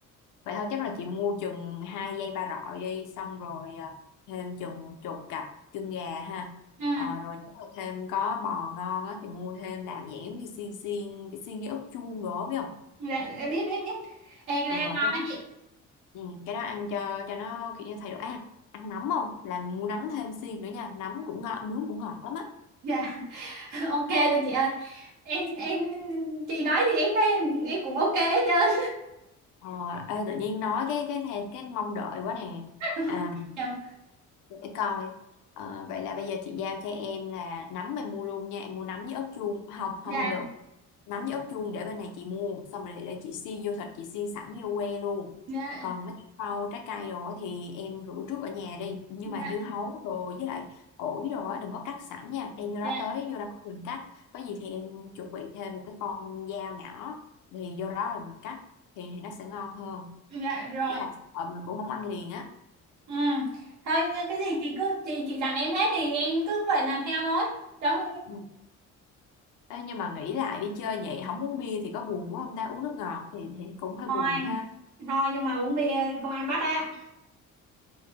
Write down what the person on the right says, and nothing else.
ừ
dạ dạ, biết biết biết Ê, cái đây
ăn ngon
đó
chị
dạ <laughs> ok rồi chị ơi em em chị nói thì em thấy em, em cũng ok hết trơn
<laughs>
dạ
dạ
dạ
dạ
dạ
dạ, rồi
ừ thôi cái gì chị cứ chị chị dặn em hết thì em cứ vậy làm theo thôi đúng
thôi
thôi nhưng mà uống bia công an bắt á